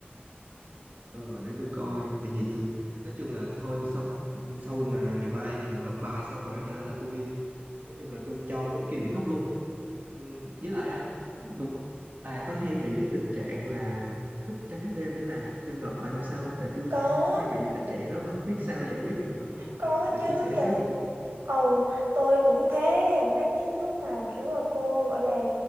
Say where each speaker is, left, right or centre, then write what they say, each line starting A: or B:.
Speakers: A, on the right; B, on the right.
A: Ờ, để tôi coi tại vì tôi nói chung là thôi sau sau mà ngày mai mà nộp bài xong rồi á hả là tôi nói chung là tôi cho mấy cái điểm thấp luôn Ừm, với lại à, b- bà có hay bị cái tình trạng là thức trắng đêm để làm cho nộp bài hôm sau không tại tôi
B: Có,
A: tôi hay bị tình trạng đó mà không biết sao giải quyết được nữa
B: có
A: ờ, bà
B: chứ
A: chia sẻ
B: trời
A: xíu được không
B: Ừ, tôi cũng thế, mấy cái lúc mà kiểu là cô gọi là